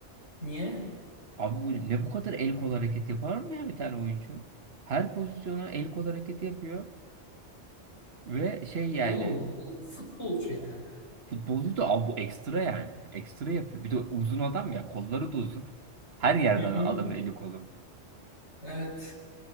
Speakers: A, on the left; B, on the right.
A: Niye?
B: Abi bu ne bu kadar el kol hareketi yapar mı ya bir tane oyuncu? Her pozisyona el kol hareketi yapıyor ve şey yani
A: E oğlum bu futbolcu yani.
B: futbolcu da abi bu ekstra yani. Ekstra yapıyor. Bir de uzun adam ya kolları da uzun. Her yerden
A: Hı hı.
B: adamın eli kolu.
A: Evet.